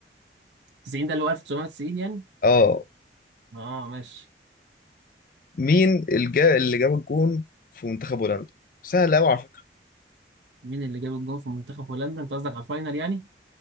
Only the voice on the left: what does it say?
اه
مين الجا... اللي جاب الجون في منتخب هولندا سهل قوي على فكرة